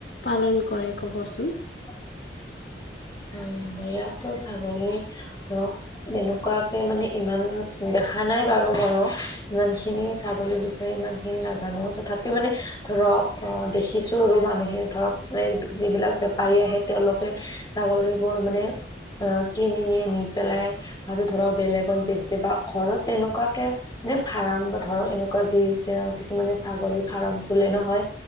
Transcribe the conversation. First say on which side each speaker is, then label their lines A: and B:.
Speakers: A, on the left (about 70°); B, on the left (about 25°).
A: পালন কৰে কবচোন
B: <inaudible> হয় আমাৰ ইয়াতো ছাগলী ধৰক তেনেকুৱাকে মানে ইমান আহা নাই বাৰু মইো ইমান খিনি ছাগলীৰ বিষয়ে ইমান খিনি নাজানো তথাপি মানে ধৰ ধৰক অ দেখিছো আৰু মানুহে ধৰক এই যিবিলাক বেপাৰী আহে তেওঁলোকে ছাগলীবোৰ মানে আহ কিনি নিয়ে নি পেলাই আৰু ধৰক বেলেগত বেচি বা ঘৰত তেনেকুৱাকে নে ফাৰ্ম বা ধৰ এনেকুৱা যি এ কিছুমানে ছাগলী ফাৰ্ম খুলে নহয়